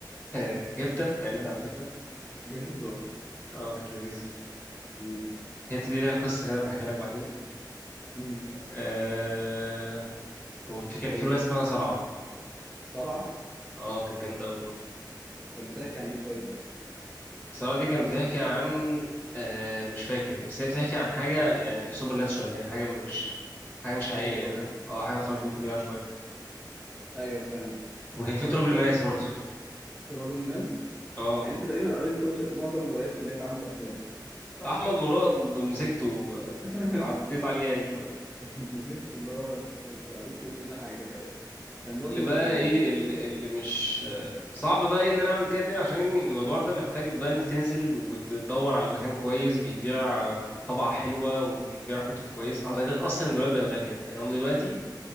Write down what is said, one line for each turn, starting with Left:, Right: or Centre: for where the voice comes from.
Left: <laughs> قريتها على فكرة
Centre: بجد والله
Left: اه كانت لذيذة
Centre: مم.
Left: هبتة دي ليها قصة كده بحكي لك بعدين
Centre: مم.
Left: آه وفي كان
Centre: طب
Left: في رواية اسمها صرع
Centre: صلع
Left: اه كانت جامدة أوي برضه
Centre: كانت بتاعك يعني ايه طيب
Left: صرع دي كانت بتحكي عن آه مش فاكر بس هي بتحكي عن حاجة يعني سوبر ناتشورال يعني حاجة من مش حاجة مش حقيقية
Centre: حاجه مش طبيعيه
Left: ها؟ اه حاجة خارقة
Centre: يعني
Left: للطبيعة شوية
Centre: ايوه فاهم
Left: وكان في
Centre: طب
Left: تراب
Centre: انت
Left: الماس
Centre: ز-
Left: برضه
Centre: تراب الماس
Left: اه
Centre: يعني انت تقريبا قريت كل معظم الروايات اللي هي اتعملت افلام
Left: أحمد مراد مسكته آه،
Centre: <laughs>
Left: عديت عليه يعني شوية
Centre: مسكت اللي هو قريت له كل حاجه تقريبا كان برضو
Left: اللي بقى ايه اللي, اللي مش صعب بقى إيه ان انا اعمل كده تاني عشان يعني الموضوع ده محتاج بقى ان انت تنزل وتدور على مكان كويس بيبيع طبعة حلوة وبيبيع كتب كويسة غير اصلا الرواية بقت غالية يعني هم دلوقتي